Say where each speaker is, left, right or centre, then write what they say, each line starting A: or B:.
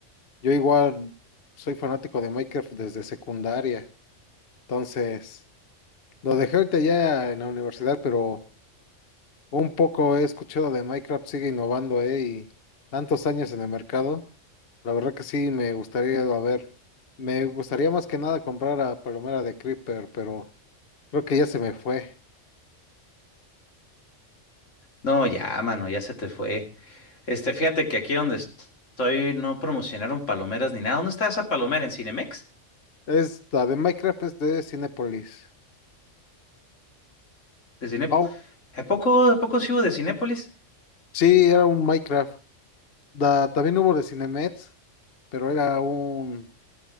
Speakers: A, on the left; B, on the left.
A: yo igual soy fanático de Minecraft desde secundaria. Entonces, lo dejé ahorita ya en la universidad, pero un poco he escuchado de Minecraft, sigue innovando, ¿eh? Y tantos años en el mercado. La verdad que sí, me gustaría, a ver, me gustaría más que nada comprar a Palomera de Creeper, pero creo que ya se me fue.
B: No, ya, mano, ya se te fue. Este, fíjate que aquí donde estoy no promocionaron palomeras ni nada. ¿Dónde está esa palomera? ¿En Cinemex?
A: Es la de Minecraft, es de Cinépolis.
B: ¿De Cine...
A: Oh,
B: ¿A poco, a poco sí hubo de Cinépolis?
A: sí, era un Minecraft. Da- también hubo de Cinemex, pero era un,